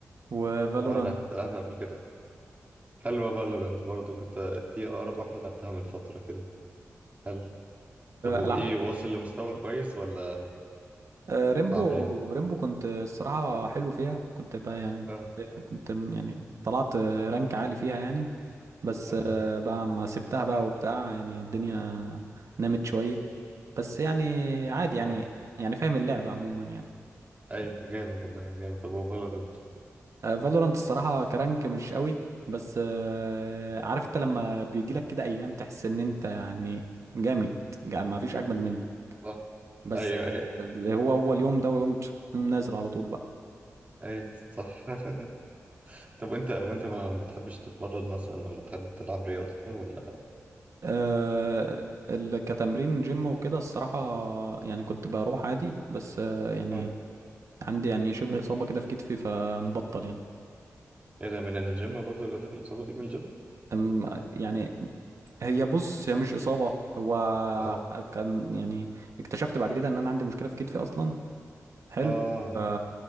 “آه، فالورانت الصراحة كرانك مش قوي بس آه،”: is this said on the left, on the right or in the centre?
Right